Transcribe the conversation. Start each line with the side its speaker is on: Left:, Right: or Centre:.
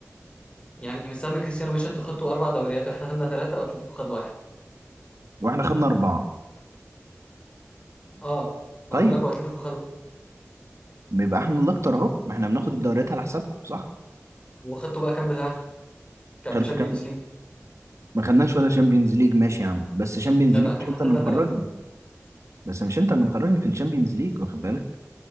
Left: يعني من ساعة ما كريستيانو مشى انتوا خدتوا أربع دوريات واحنا خدنا ثلاثة وأتلتيكو خد واحد
Right: واحنا خدنا أربعة
Left: اه ما
Right: طيب
Left: بقول لك هو اتلتيكو خدوا
Right: بيبقى احنا الاكتر اهو ما احنا بناخد الدوريات على حسابكم صح
Left: وخدتوا بقى كام بتاع كام
Right: خدنا
Left: تشامبيونز
Right: كام
Left: ليج
Right: ما خدناش ولا شامبيونز ليج ماشي يا عم بس شامبيونز
Left: جدع
Right: ليج مش
Left: احنا
Right: انت
Left: خدنا
Right: اللي مخرجني
Left: ثلاثه
Right: بس مش انت اللي مخرجني في الشامبيونز ليج واخد بالك